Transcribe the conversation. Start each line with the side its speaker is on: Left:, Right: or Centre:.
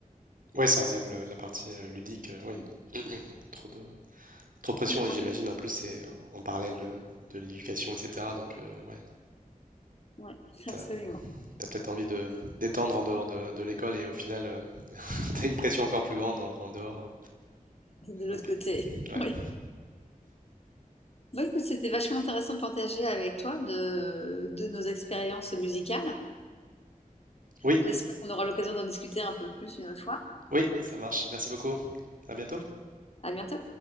Right: Ouais, ça enlève le- la partie euh, ludique, euh, oui.
Left: Mm.
Right: <clears throat> Trop de, trop de pression et
Left: En
Right: j'imagine
Left: tout,
Right: en plus c'est en, en parallèle de, de l'éducation, etc. Donc euh, ouais,
Left: ouais, <laughs>
Right: t'as,
Left: absolument.
Right: t'as peut-être envie de d'étendre en dehors de, de l'école et au final euh, <laughs> t'as une pression encore plus grande en, en dehors. euh,
Left: De l'autre
Right: Ok,
Left: côté,
Right: ouais.
Left: <laughs> oui. Bon, écoute, c'était vachement intéressant de partager avec toi de, de nos expériences musicales.
Right: Oui,
Left: J'espère qu'on aura l'occasion d'en discuter un peu plus une autre fois.
Right: oui, ça marche. Merci beaucoup. À bientôt.
Left: À bientôt.